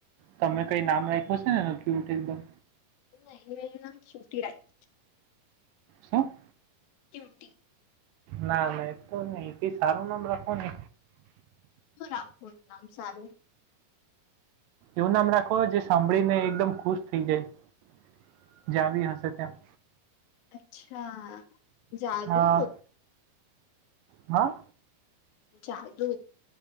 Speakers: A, on the right; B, on the left.
A: તમે કઈ નામ રાખ્યું છે ને એ ક્યુટ એકદમ
B: <unintelligible>
A: શું?
B: ક્યૂટી
A: ના ના એ તો જ નઈ કઈ સારું નામ રાખો ને
B: શું રાખવુ છે નામ સારું
A: એવું નામ રાખવાનું જે સાંભળીને એકદમ ખુશ થઈ જાય જાવી હશે ત્યાં.
B: અચ્છા જાદુ
A: હા હા
B: જાદુ